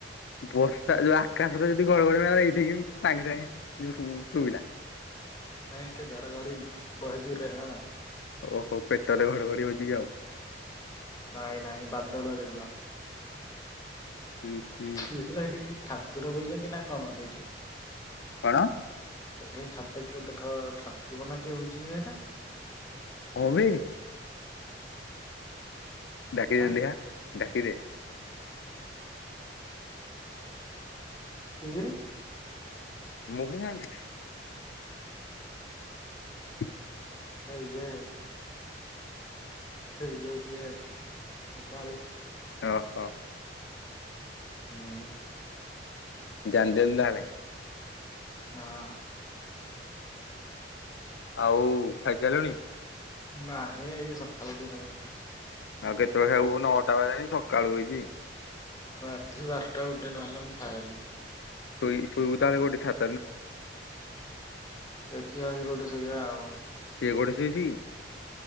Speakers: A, on the left; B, on the left.
A: ବର୍ଷା ଯୋଉ ଆକାଶରେ ଯଦି ଗଡ଼ଘଡ଼ି ମ ଏଇଠି କି ସାଙ୍ଗେ ସାଙ୍ଗେ ଶୁବିଲା
B: ନାଇଁ ଏଠେ ଘାଡଘାଡ଼ି ବହେ ଯୋରରେ ହେଲାନ
A: ଓହୋ ପେଟ ତ ଘଡଘଡି ହେଉଛି କିି ଆଉ
B: ନାଇଁ ନହିଁ ବାଧ୍ୟଲରେ ହେଲା
A: ହୁଁ। ହୁଁ
B: ଦେଖିଲ ସେଠି କିଏ ଠାକୁର ବହିଛନ୍ତି ନା କଣ ଏଇଠି
A: କଣ?
B: ଏ ଛାତକୁ ଦେଖ ଠାକୁର ନା କିଏ ବଯିବ ଏଇଟା
A: ଅମି ଡାକିି
B: ଆଁ
A: ଦିଆ ଡାକିଦେ।
B: କିରି
A: ମୁଁ କିନ୍ତି ଜାଣିଲି। <inaudible>
B: ନା ଏ ସେ <unintelligible>
A: ଓ ହୋ।
B: ହୁଁ।
A: ଜ ଦେଲ ତାହାଲେ।
B: ହଁ।
A: ଆଉ ଖାଇସାରିଲୁଣି?
B: ନା ହେ ଏଇ ସକାଳୁ କେ ଖାଇଵ।
A: ଆଉ କେତେବେଳେ ଖାଇବ ନଅଟା ବେଲାଣି ସକାଳୁ ହେଛି।
B: ରାତି ବାରଟା ଗୋଟେ ନହେଲା ମୁଁ ଖାଏନି।
A: ଶୋଇ ଶୋଇ ଉଦା ଗୋଟେ ଛାତ
B: ଦେଖିସ କୋଉଠି ଶୋଇବା ଆଉ।
A: କିଏ କୋଉଠି ସେଇଛି କି।